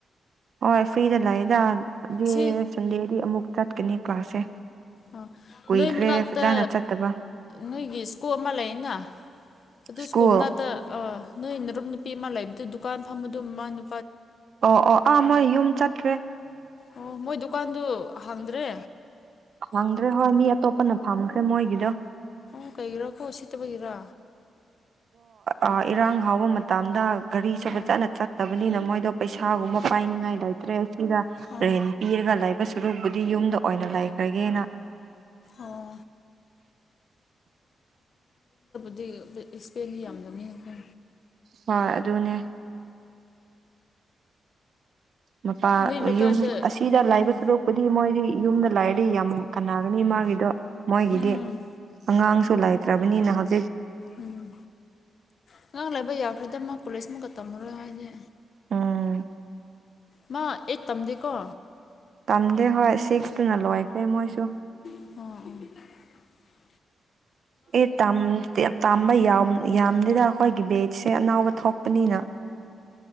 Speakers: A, on the right; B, on the left.
A: ꯍꯣꯏ ꯐ꯭ꯔꯤꯗ ꯂꯥꯛꯗꯥ ꯑꯗꯨ
B: ꯁꯤ
A: ꯁꯟꯗꯦꯗꯤ ꯑꯃꯨꯛ ꯆꯠꯀꯅꯤ ꯀ꯭ꯂꯥꯁꯁꯦ
B: ꯑ
A: ꯀꯨꯏꯈ꯭ꯔꯦ
B: ꯅꯣꯏ ꯃꯅꯥꯛꯇ
A: ꯐꯖꯅ ꯆꯠꯇꯕ
B: ꯅꯣꯏꯒꯤ ꯁꯀꯣꯞ ꯑꯃ ꯂꯩꯅ ꯑꯗꯨ
A: ꯁ꯭ꯀꯨꯜ
B: ꯁꯀꯣꯝꯅꯥꯗ ꯑ ꯅꯣꯏ ꯅꯔꯝ ꯅꯨꯄꯤ ꯑꯃ ꯂꯩꯕꯗꯨ ꯗꯨꯀꯥꯟ ꯐꯝꯕꯗꯣ ꯃꯥ ꯅꯨ
A: ꯑꯣ ꯑꯣ ꯑꯥ ꯃꯣꯏ ꯌꯨꯝ ꯆꯠꯇꯈ꯭ꯔꯦ
B: ꯑꯣ ꯃꯣꯏ ꯗꯨꯀꯥꯟꯗꯨ ꯍꯥꯡꯗ꯭ꯔꯦ
A: ꯐꯪꯗ꯭ꯔꯦ ꯍꯣꯏ ꯃꯤ ꯑꯇꯣꯞꯄꯅ ꯐꯝꯈ꯭ꯔꯦ ꯃꯣꯏꯒꯤꯗꯣ
B: ꯎ ꯀꯩꯒꯤꯔꯥ ꯀꯣ ꯁꯤꯠꯇꯕꯒꯤꯔ
A: ꯑꯣ ꯏꯔꯥꯡ ꯍꯥꯎꯕ ꯃꯇꯝꯗ ꯒꯥꯔꯤ ꯁꯣꯄ
B: ꯑꯣ
A: ꯆꯠꯅ ꯆꯠꯇꯕ ꯅ ꯃꯣꯏꯗꯣ ꯄꯩꯁꯥꯒꯨꯝꯕ ꯄꯥꯏꯅꯤꯡꯉꯥꯏ ꯂꯩꯇ꯭ꯔꯦ ꯑꯁꯤꯗ
B: ꯑꯣ
A: ꯔꯦꯟ ꯄꯤꯔꯒ ꯁꯔꯨꯛꯕꯨꯗꯤ ꯌꯨꯝꯗ ꯑꯣꯏꯅ ꯂꯩꯈ꯭ꯔꯒꯦꯅ
B: ꯑꯣ ꯗꯤ ꯑꯦꯛꯁꯄꯦꯟꯗꯤ ꯌꯥꯝꯗꯅꯤ ꯈ
A: ꯍꯣꯏ ꯑꯗꯨꯅꯦ ꯃꯄꯥ
B: ꯅꯣꯏ ꯂꯩꯀꯥꯏꯗ
A: ꯌꯨꯝ ꯑꯁꯤꯗ ꯂꯥꯏꯕ
B: ꯑꯥ
A: ꯁꯣꯔꯣꯛꯄꯨꯗꯤ ꯃꯣꯏꯗꯤ ꯌꯨꯝꯗ ꯂꯥꯏꯔꯗꯤ ꯌꯥꯝ ꯀꯥꯟꯅꯥꯒꯅꯤ ꯃꯥꯒꯤꯗꯣ ꯃꯣꯏꯒꯤꯗꯤ
B: ꯎꯝ
A: ꯑꯉꯥꯡꯁꯨ ꯂꯩꯇ꯭ꯔꯕ ꯅꯍꯥꯛ
B: ꯎꯝ ꯑꯉꯥꯡ ꯂꯩꯥꯏꯕ ꯌꯥꯈ꯭ꯔꯦꯗ ꯑꯃꯨ ꯀꯣꯂꯦꯖꯃꯨꯛꯀ ꯇꯝꯃꯔꯣꯏ ꯍꯥꯏꯁꯦ
A: ꯑꯝ
B: ꯃꯥ ꯑꯦ ꯇꯝꯗꯦꯀꯣ
A: ꯇꯝꯗꯦ ꯍꯣꯏ ꯁꯤꯛꯁꯇꯨꯅ ꯂꯣꯏꯈ꯭ꯔꯦ ꯃꯣꯏꯁꯨ
B: ꯑꯣ ꯑꯣ
A: ꯑꯦ ꯇꯝ ꯇꯝꯕꯩ ꯌꯥ ꯌꯥꯝꯗꯦꯗ ꯑꯩꯈꯣꯏꯒꯤ ꯕꯦꯠꯁꯦ ꯑꯅꯥꯕ ꯊꯣꯛꯄꯅꯤꯅ